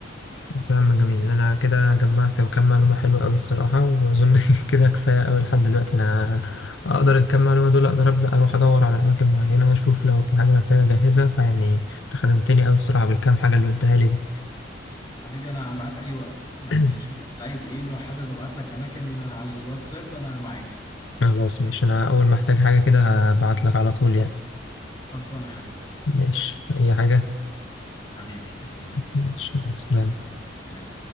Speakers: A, on the left; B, on the left.
A: كلام جميل انا كده جمعت كام معلومه حلوه قوي الصراحه واظن <laughs> كده كفايه قوي لحد دلوقتي انا اقدر الكام معلومه دول اقدر ابدا اروح ادور على اماكن معينه اشوف لو في حاجه محتاجه اجهزها فيعني انت خدمتني قوي الصراحه بالكام حاجه اللي قلتها لي دي
B: حبيبي انا معاك اي وقت
A: <clears throat>
B: يعني شوف انت عايز ايه ولو حابب ابعت لك اماكن على الواتساب انا معاك
A: خلاص ماشي انا اول ما احتاج حاجه كده هبعت لك على طول يعني
B: خلصانة يا حبيبي
A: ماشي اي حاجه
B: حبيبي تسلم يا
A: ماشي مع السلامة
B: حبيبي. يلا.